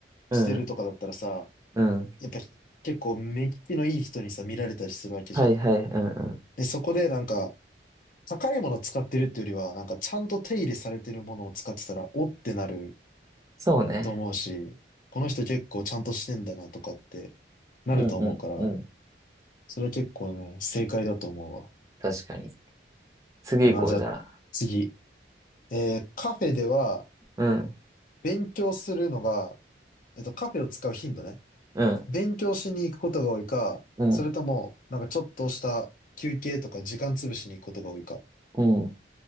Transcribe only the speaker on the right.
うん。
うん。
はいはい。うんうん。
そうね。
うんうんうん。
確かに。次行こう、
じゃあ。
うん。
うん。
うん。
うん。